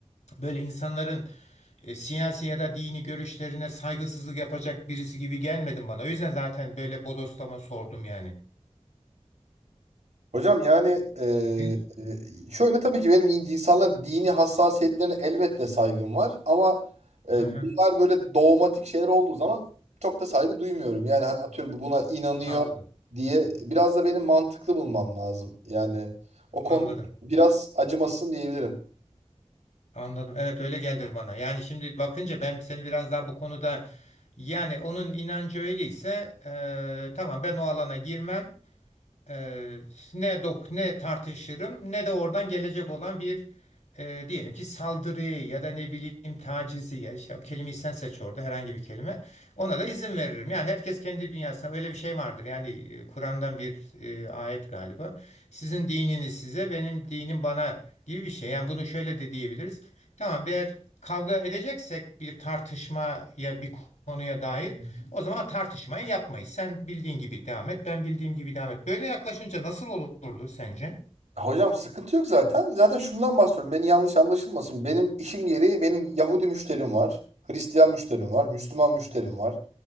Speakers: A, on the left; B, on the right.
A: böyle insanların e, siyasi ya da dini görüşlerine saygısızlık yapacak birisi gibi gelmedin bana. O yüzden zaten böyle bodoslama sordum yani.
B: Hocam yani eee,
A: Ne diyorsun?
B: şöyle tabii ki benim insanların dini hassasiyetlerine elbette saygım var ama eee,
A: Aha,
B: bunlar böyle dogmatik şeyler olduğu zaman çok da saygı duymuyorum. Yani hani atıyorum buna inanıyor
A: anladım.
B: diye biraz da benim mantıklı bulmam lazım. Yani o konuda
A: Anladım.
B: biraz acımasızım diyebilirim.
A: Anladım. Evet öyle geldi bana. Yani şimdi bakınca ben seni biraz daha bu konuda yani onun inancı öyleyse e, tamam ben o alana girmem. Eee, ne dok ne tartışırım ne de oradan gelecek olan bir eee, diyelim ki saldırıyı ya da ne bileyim tacizi ya işte o kelimeyi sen seç orada herhangi bir kelime ona da izin veririm. Yani herkes kendi dünyasına böyle bir şey vardır. Yani e, Kur'an'dan bir e, ayet galiba. Sizin dininiz size benim dinim bana gibi bir şey. Yani bunu şöyle de diyebiliriz. Tamam, eğer kavga edeceksek bir tartışmaya bir konuya dair
B: Hı hı.
A: o zaman tartışmayı yapmayız. Sen bildiğin gibi devam et, ben bildiğim gibi devam et. Böyle yaklaşınca nasıl olurdu sence?
B: Hocam sıkıntı yok zaten. Zaten şundan bahsediyorum. Beni yanlış anlaşılmasın. Benim işim gereği benim Yahudi müşterim var. Hristiyan müşterim var. Müslüman müşterim var.